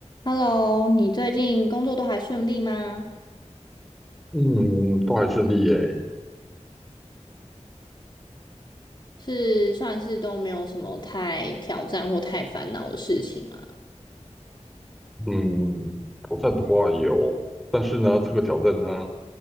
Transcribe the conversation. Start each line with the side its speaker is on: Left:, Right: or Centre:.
Left: Hello，你最近工作都还顺利吗？
Centre: 嗯，都还顺利耶。
Left: 是算是都没有什么太挑战或太烦恼的事情吗？
Centre: 嗯，挑战的话也有，但是呢，这个挑战呢，